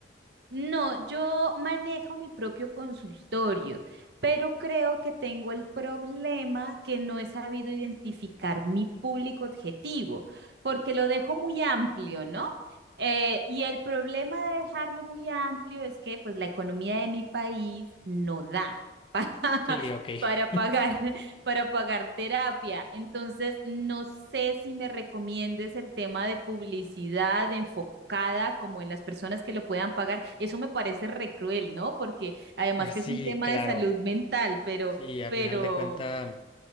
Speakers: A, on the right; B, on the left.
A: No, yo manejo mi propio consultorio, pero creo que tengo el problema que no he sabido identificar mi público objetivo, porque lo dejo muy amplio, ¿no? Eh, y el problema de dejarlo muy amplio es que pues la economía de mi país no da <laughs> para,
B: Sí, ok.
A: para pagar
B: <laughs>
A: para pagar terapia. Entonces, no sé si me recomiendes el tema de publicidad enfocada como en las personas que lo puedan pagar. Eso me parece re cruel, ¿no? Porque además que
B: Sí,
A: es un tema
B: claro.
A: de salud mental, pero,
B: Sí, a
A: pero,
B: final de cuentas,